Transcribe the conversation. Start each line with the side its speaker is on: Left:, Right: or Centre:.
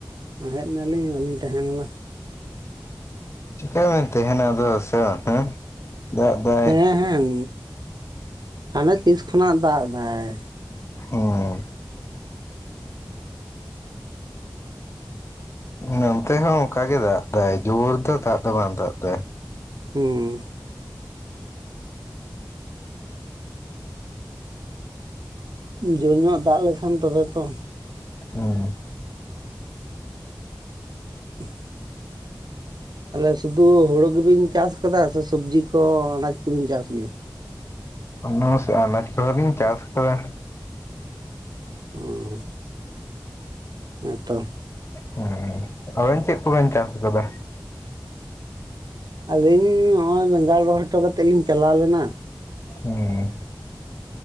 Right: ᱦᱮᱡ ᱮᱱᱟᱞᱤᱧ ᱵᱟᱹᱞᱤᱧ ᱛᱟᱦᱮᱸ ᱞᱮᱱᱟ᱾
Left: ᱪᱤᱠᱟᱹ ᱵᱤᱱ ᱛᱟᱦᱮᱱᱟ ᱟᱫᱚ ᱦᱮᱸᱥᱮ ᱵᱟ ᱮᱸ᱾ ᱫᱟᱜ ᱫᱟ
Right: ᱦᱮᱸ, ᱦᱮᱸ, ᱦᱟᱱᱮ ᱛᱤᱥ ᱠᱷᱚᱱᱟᱜ ᱫᱟᱜ ᱮᱫᱟᱭ᱾
Left: ᱦᱚᱸ᱾ ᱱᱚᱱᱛᱮ ᱦᱚᱸ ᱚᱱᱠᱟᱜ ᱜᱮ ᱫᱟᱜ ᱫᱟᱭ ᱡᱳᱨ ᱫᱚ ᱫᱟᱜ ᱫᱚ ᱵᱟᱝ ᱫᱟᱜ ᱫᱟᱭ᱾
Right: ᱦᱩᱸ᱾ ᱡᱳᱨᱧᱚᱜ ᱫᱟᱜ ᱞᱮᱠᱷᱟᱱ ᱛᱚᱵᱮ ᱛᱚ᱾
Left: ᱦᱩᱸ᱾
Right: <inaudible> ᱛᱟᱦᱚᱞᱮ ᱥᱩᱫᱷᱩ ᱦᱩᱲᱩ ᱜᱮᱵᱤᱱ ᱪᱟᱥ ᱟᱠᱟᱫᱟ ᱥᱮ ᱥᱚᱵᱽᱡᱤ ᱠᱚ ᱟᱱᱟᱡ ᱠᱚᱵᱤᱱ ᱪᱟᱥ ᱜᱮᱭᱟ
Left: ᱚᱱᱟ ᱟᱱᱟᱡᱽ ᱠᱚᱦᱚ ᱞᱤᱧ ᱪᱟᱥ ᱟᱠᱟᱫᱟ
Right: ᱦᱩᱸ ᱦᱮᱸᱛᱚ
Left: ᱦᱩᱸ ᱟᱵᱮᱱ ᱪᱮᱫ ᱠᱚ ᱵᱤᱱ ᱪᱟᱥ ᱠᱟᱫᱟ
Right: ᱟᱹᱞᱤᱧ ᱱᱚᱜᱼᱚᱭ ᱵᱮᱜᱟᱲ ᱨᱚᱦᱚᱭ ᱦᱚᱴᱚ ᱠᱟᱛᱮᱫ ᱞᱤᱧ ᱪᱟᱞᱟᱣ ᱞᱮᱱᱟ
Left: ᱦᱩᱸ